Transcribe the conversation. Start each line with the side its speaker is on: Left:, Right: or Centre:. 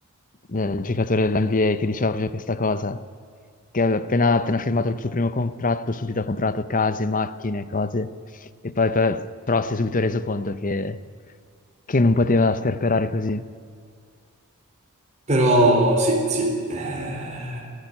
Left: del giocatore dell'NBA, che diceva proprio questa cosa, che aveva appena, appena firmato il suo primo contratto, subito ha comprato case, macchine, cose, e poi per- però si è subito reso conto che, che non poteva sperperare così.
Right: Però sì, sì, eh,